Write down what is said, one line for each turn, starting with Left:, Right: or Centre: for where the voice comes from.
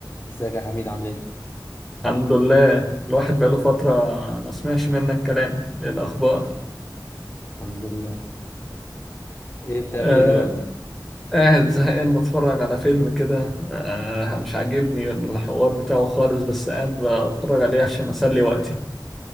Left: ازيك يا حميد عامل ايه؟
Centre: الحمد لله الواحد بقاله فترة ما سمعش منك كلام ايه الأخبار
Left: الحمد لله ايه بتعمل
Centre: آه
Left: ايه دلوقتي؟
Centre: قاعد زهقان بتفرج على فيلم كده آه مش عاجبني الحوار بتاعه خالص بس قاعد بتفرج عليه عشان أسلي وقتي